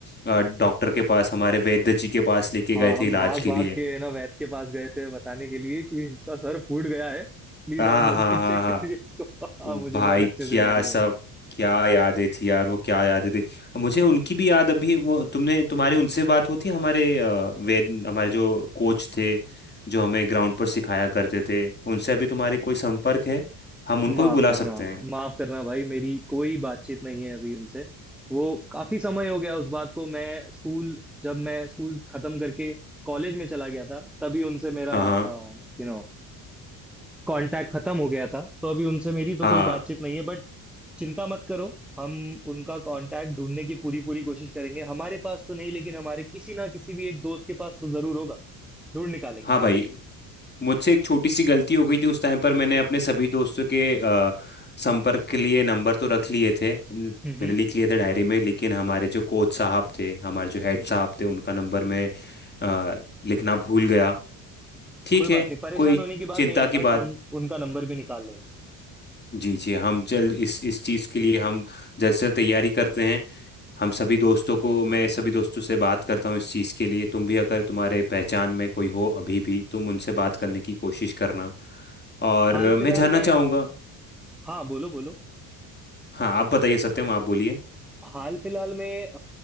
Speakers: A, on the left; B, in the centre.
A: अ, डॉक्टर के पास हमारे वैद्य जी के पास लेके
B: हाँ
A: गए
B: हम
A: थे इलाज
B: भाग
A: के
B: भाग
A: लिए
B: के ना वैद्य के पास गए थे बताने के लिए कि इसका सर फूट गया है प्लीज
A: हाँ
B: आप जल्दी
A: हाँ हाँ
B: <laughs> चेक
A: हाँ
B: करिए इसको <laughs> हाँ मुझे
A: भाई
B: बहुत अच्छे
A: क्या
B: से याद है
A: सब
B: वो दिन
A: क्या यादें थी यार वो क्या यादें थी अब मुझे उनकी भी याद अभी वो तुमने तुम्हारी उनसे बात होती है हमारे अ, वेद हमारे जो कोच थे जो हमें ग्राउंड पर सिखाया करते थे उनसे अभी तुम्हारी कोई संपर्क है हम उनको
B: माफ
A: भी बुला
B: करना
A: सकते हैं
B: माफ करना भाई मेरी कोई बातचीत नहीं है अभी उनसे वो काफी समय हो गया उस बात को मैं स्कूल जब मैं स्कूल खत्म करके कॉलेज में चला गया था तभी उनसे मेरा
A: हाँ हाँ
B: यू नो कांटेक्ट खत्म हो गया था तो अभी उनसे मेरी तो
A: हाँ
B: कोई बातचीत नहीं है बट चिंता मत करो हम उनका कांटेक्ट ढूंढने की पूरी पूरी कोशिश करेंगे हमारे पास तो नहीं लेकिन हमारे किसी ना किसी भी एक दोस्त के पास तो जरूर होगा ढूंढ निकालेंगे
A: हाँ भाई मुझसे एक छोटी सी गलती हो गई थी उस टाइम पर मैंने अपने सभी दोस्तों के अ, संपर्क के लिए नंबर तो रख लिए थे न-
B: हम्म हम्म
A: मैंने लिख लिए थे डायरी में लेकिन हमारे जो कोच साहब थे हमारे जो हेड
B: हम्म।
A: साहब थे उनका नंबर मैं अ, लिखना भूल गया ठीक
B: कोई बात
A: है
B: नहीं परेशान
A: कोई
B: होने की बात
A: चिंता
B: नहीं
A: की
B: आकाश
A: बात
B: हम उनका नंबर भी निकाल लेंगे
A: जी जी हम जल्द इस इस चीज़ के लिए हम जल्द से जल्द तैयारी करते हैं हम सभी दोस्तों को मैं सभी दोस्तों से बात करता हूँ इस चीज़ के लिए तुम भी अगर तुम्हारे पहचान में कोई हो अभी भी तुम उनसे बात करने की कोशिश करना और
B: हाल
A: मैं
B: फिलहाल
A: जानना
B: में
A: चाहूँगा
B: हाँ बोलो बोलो
A: हाँ आप बताइए सत्यम आप बोलिए
B: हाल फिलहाल में अ,